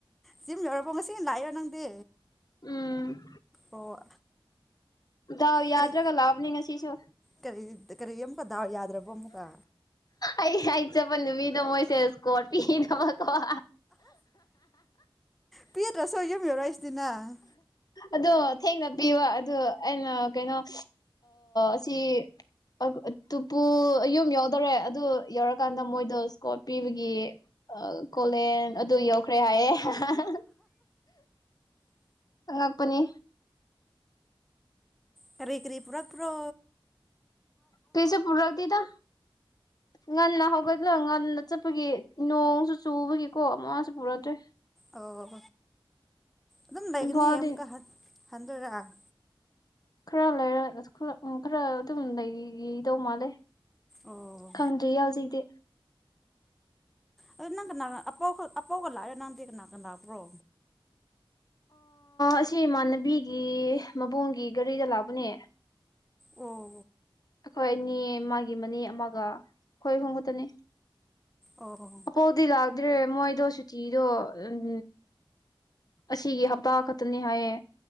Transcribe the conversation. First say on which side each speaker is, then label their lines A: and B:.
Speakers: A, in the centre; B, on the left (about 45°).
A: ꯖꯤꯝ ꯌꯧꯔꯕꯣ ꯉꯁꯤꯅ ꯂꯥꯛꯏꯔꯣ ꯅꯪꯗꯤ
B: ꯎꯝ
A: ꯑꯣ
B: ꯗꯥꯎ ꯌꯥꯗ꯭ꯔꯒ
A: ꯀꯔꯤ
B: ꯂꯥꯛꯕꯅꯤ ꯉꯁꯤꯁꯨ
A: ꯀꯔꯤ ꯀꯔꯤ ꯑꯃꯨꯛꯀ ꯗꯥꯎ ꯌꯥꯗ꯭ꯔꯕꯣ ꯑꯃꯨꯛꯀ
B: ꯑꯩ ꯑꯩ ꯆꯠꯄ ꯅꯨꯃꯤꯠꯗ ꯃꯣꯏꯁꯦ ꯏꯁꯀꯣꯔ ꯄꯤꯗꯕ ꯑꯣ
A: ꯄꯤꯗ꯭ꯔꯁꯨ ꯌꯨꯝ ꯌꯧꯔꯛꯏꯁꯤꯗꯤ ꯅꯪ
B: ꯑꯗꯣ ꯊꯦꯡꯅ ꯄꯤꯕꯣ ꯑꯗꯣ ꯑꯩꯅ ꯀꯩꯅꯣ ꯑꯁꯤ ꯇꯨꯄꯨ ꯑꯌꯨꯝ ꯌꯥꯎꯗꯧꯔꯦ ꯑꯗꯨ ꯌꯧꯔꯀꯥꯟꯗ ꯃꯣꯏꯗꯤ ꯁꯀꯣꯔꯠ ꯄꯤꯕꯒꯤ ꯀꯣꯂꯦꯟ ꯑꯗꯨ ꯌꯧꯈ꯭ꯔꯦ ꯍꯥꯏꯌꯦ ꯍꯥꯍꯥꯍꯥ ꯑꯥꯉꯛꯄꯅꯤ
A: ꯀꯔꯤ ꯀꯔꯤ ꯄꯨꯔꯛ ꯇ꯭ꯔꯣ
B: ꯀꯩꯁꯨ ꯄꯨꯔꯛꯇꯦꯗ ꯉꯟꯅ ꯍꯧꯒꯠꯂ ꯉꯟꯅ ꯆꯠꯄꯒꯤ ꯅꯣꯡꯁꯨ ꯆꯨꯕꯒꯤꯀꯣ ꯃꯁꯨ ꯄꯨꯔꯛꯇ꯭ꯔꯦ
A: ꯑꯣ ꯑꯗꯨꯝ ꯂꯩꯒꯅꯤ
B: ꯏꯝꯐꯥꯜꯗꯤ
A: ꯑꯃꯨꯛꯀ ꯍꯟ ꯊꯟꯗꯛꯔ <unintelligible> <unintelligible>
B: ꯈꯔ ꯂꯩꯔ ꯈꯔ ꯎꯝ ꯈꯔ ꯑꯗꯨꯝ ꯂꯩꯒꯤꯗꯧ ꯃꯥꯜꯂꯦ
A: ꯑꯣ
B: ꯈꯪꯗ꯭ꯔꯤꯌꯦ ꯍꯧꯖꯤꯛꯇꯤ
A: ꯑꯗꯨꯗ ꯅꯪ ꯀꯅꯥ ꯑꯄꯥꯎ ꯑꯄꯥꯎꯒ ꯂꯥꯛꯏꯔꯣ ꯅꯪꯗꯤ ꯀꯅꯥꯒ ꯂꯥꯛꯄ꯭ꯔꯣ
B: ꯑꯁꯤ ꯏꯃꯥꯟꯅꯕꯤꯒꯤ ꯃꯕꯨꯡꯒꯤ ꯒꯥꯔꯤꯗ ꯂꯥꯛꯄꯅꯦ
A: ꯑꯣ
B: ꯑꯩꯈꯣꯏ ꯑꯅꯤ ꯃꯥꯒꯤ ꯃꯅꯦ ꯑꯃꯒ ꯑꯩꯈꯣꯏ ꯑꯍꯨꯝ ꯈꯇꯅꯤ
A: ꯑꯣ
B: ꯑꯄꯥꯎꯗꯤ ꯂꯥꯛꯗ꯭ꯔꯦ ꯃꯣꯏꯗꯣ ꯁꯨꯇꯤꯗꯣ ꯎꯝ ꯑꯁꯤꯒꯤ ꯍꯞꯇꯥ ꯈꯛꯇꯅꯤ ꯍꯥꯏꯌꯦ